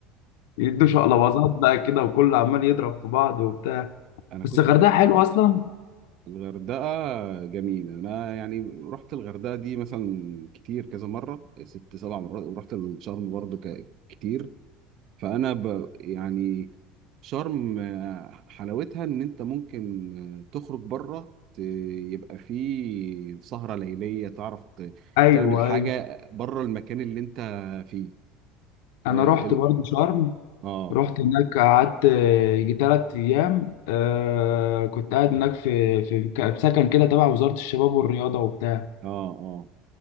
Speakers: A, on the left; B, on the right.
A: يدوا شقلباظات بقى كده وكله عمال يضرب في بعض وبتاع
B: انا
A: بس
B: كنت
A: الغردقه حلوه اصلا
B: الغردقه جميله انا يعني رحت الغردقه دي مثلا كتير كذا مره ست سبع مرات ورحت الشرم برضو ك- كتير فانا ب يعني شرم آه، حلاوتها ان انت ممكن آه، تخرج بره ت- يبقى في سهره ليليه تعرف ت-
A: ايوه
B: تعمل حاجه
A: ايوه
B: بره المكان اللي انت فيه
A: انا
B: اه
A: رحت
B: ال-
A: برضه شرم
B: اه
A: رحت هناك قعدت آه، يجي تلات أيام آه كنت قاعد هناك في في ك- في سكن كده تبع وزارة الشباب والرياضة وبتاع
B: اه آه.